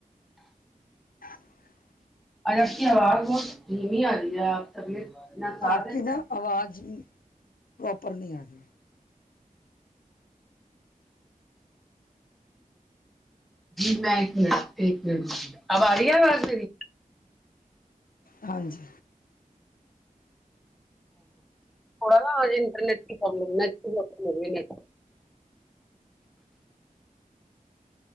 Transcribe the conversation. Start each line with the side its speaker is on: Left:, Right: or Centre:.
Left: <inaudible>
Centre: اور اب کی آواز بہت دھیمی آ رہی ہے آپ طبیعت ناساز
Left: نے آپ
Centre: ہے
Left: کی
Centre: کیا
Left: نا آواز پراپر نہیں آ رہی
Centre: جی میں ایک منٹ ایک منٹ اب آ رہی ہے آواز میری
Left: ہاں جی
Centre: تھوڑا نا انٹرنیٹ کی پرابلم نیٹ بلم ہو نٹ